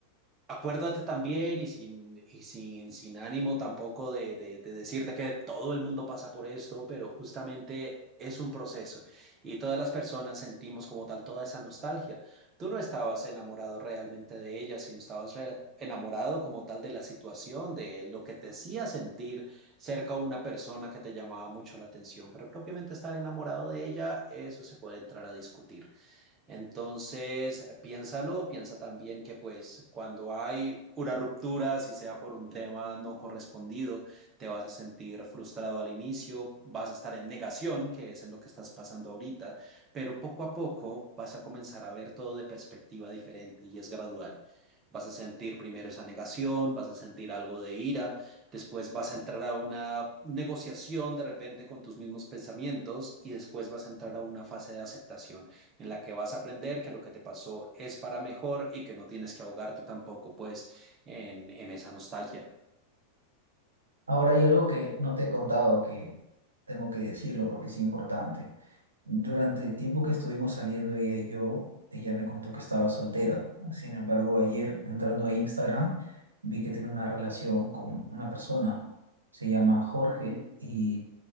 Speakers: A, on the right; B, on the right.
A: Acuérdate también y sin, y sin, sin ánimo tampoco de, de, de decirte que todo el mundo pasa por esto, pero justamente es un proceso y todas las personas sentimos como tal toda esa nostalgia. Tú no estabas enamorado realmente de ella, sino estabas re- enamorado como tal de la situación, de lo que te hacía sentir cerca a una persona que te llamaba mucho la atención, pero propiamente estar enamorado de ella, eso se puede entrar a discutir. Entonces, piénsalo, piensa también que pues cuando hay una ruptura, si sea por un tema no correspondido, te vas a sentir frustrado al inicio, vas a estar en negación, que es en lo que estás pasando ahorita, pero poco a poco vas a comenzar a ver todo de perspectiva diferente y es gradual. Vas a sentir primero esa negación, vas a sentir algo de ira, después vas a entrar a una negociación de repente con tus mismos pensamientos y después vas a entrar a una fase de aceptación en la que vas a aprender que lo que te pasó es para mejor y que no tienes que ahogarte tampoco pues en, en esa nostalgia.
B: Ahora hay algo que no te he contado que tengo que decirlo porque es importante. Durante el tiempo que estuvimos saliendo ella y yo, ella me contó que estaba soltera. Sin embargo, ayer entrando a Instagram, vi que tiene una relación con una persona. Se llama Jorge y